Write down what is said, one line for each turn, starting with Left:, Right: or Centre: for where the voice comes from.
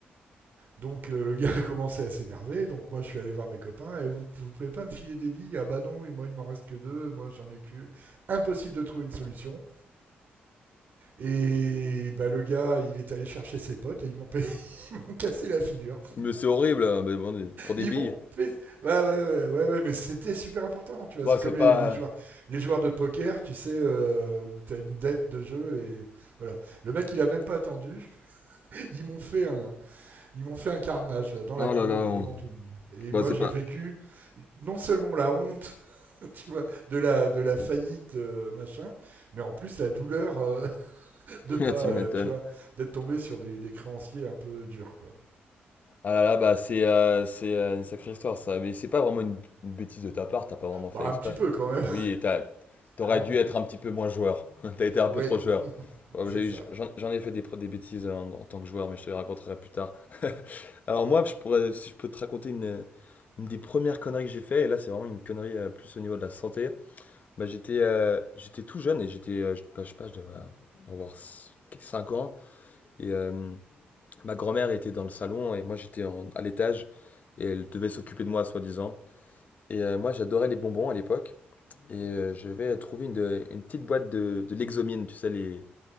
Right: Donc euh, le gars <laughs> a commencé à s'énerver, donc moi je suis allé voir mes copains, et vous, vous pouvez pas me filer des billes Ah bah non, et moi il m'en reste que deux, moi j'en ai que... Impossible de trouver une solution. Et bah le gars, il est allé chercher ses potes, et ils m'ont payé- <laughs> ils m'ont cassé la figure.
Left: Mais c'est horrible, hein, mais bon, pour des
Right: Ils
Left: billes.
Right: m'ont fait- Ouais, ouais, ouais, ouais, ouais, mais c'était super important, tu vois.
Left: Bah,
Right: C'est
Left: c'est
Right: comme les,
Left: pas.
Right: les joueurs,
Left: euh,
Right: les joueurs de poker, tu sais, euh, où t'as une dette de jeu et voilà. Le mec, il a même pas attendu. Ils m'ont fait un, ils m'ont fait un carnage là dans la
Left: Oh
Right: cour
Left: là là,
Right: euh,
Left: on-
Right: devant tout le monde. Et
Left: bah
Right: moi,
Left: c'est
Right: j'ai
Left: pas.
Right: vécu non seulement la honte, <laughs> tu vois, de la, de la faillite euh, machin, mais en plus la douleur euh, <laughs>
Left: <laughs>
Right: de pas,
Left: Ah, tu
Right: euh,
Left: m'étonnes.
Right: tu vois, d'être tombé sur des, des créanciers un peu durs, quoi.
Left: Ah là là, bah c'est euh, c'est euh, une sacrée histoire ça. Mais c'est pas vraiment une, une bêtise de ta part, t'as pas vraiment fait
Right: Bah,
Left: exprès.
Right: un petit peu quand même,
Left: Oui, et t'as, t'aurais
Right: <laughs>
Left: dû être
Right: hein.
Left: un petit peu moins joueur. <laughs> T'as été un
Right: Ouais,
Left: peu trop joueur. Ouais, bah,
Right: c'est
Left: j'ai
Right: ça.
Left: eu- j'en, j'en ai fait des, pro- des bêtises en, en tant que joueur, mais je te les raconterai plus tard. Alors moi, je pourrais, si je peux te raconter une, une des premières conneries que j'ai fait, et là c'est vraiment une connerie euh, plus au niveau de la santé. Bah, j'étais euh, j'étais tout jeune et j'étais, euh, je, bah, je sais pas, je devais avoir 5 ans. Et euh, ma grand-mère était dans le salon et moi j'étais en- à l'étage et elle devait s'occuper de moi, soi-disant. Et euh, moi j'adorais les bonbons à l'époque. Et euh, je vais trouver une, de- une petite boîte de, de Lexomil, tu sais, les